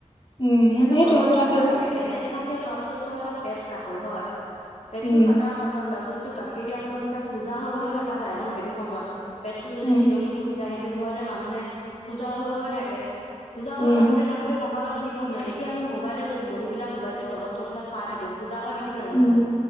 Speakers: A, on the left (about 45°); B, on the left (about 70°).
A: উম
B: সেইটো
A: সেইটোৱে
B: প্ৰভাৱ
A: তথাপিও
B: নাথাকে এনে এ চাচিয় লোৱাৰ পিছত তই এটা পেট কাটো হয়। পেটটো
A: উম
B: কটাৰ পাছত ল'ৰা ছোৱালীতোক গাখীৰ দিয়াৰ সময়ত যেতিয়া কোজা হৈ হৈ থকা যায় ন সেইটো সময়ত। পেটটো যদি
A: উম
B: চিলনি খুলি যায় সেইটো ভয়তে মানুহে কোজা হৈ হৈ থাকে। কোজা
A: উম
B: হৈ থাকোতে থাকোতে ককালত বিষখন হয় এতিয়া আমি মোবাইলে যদি বহি পেলাই মোবাইলটোত তলত থৈ পেলাই চাই থাকো কোজা হৈ থাকো নে নাথাকো
A: উম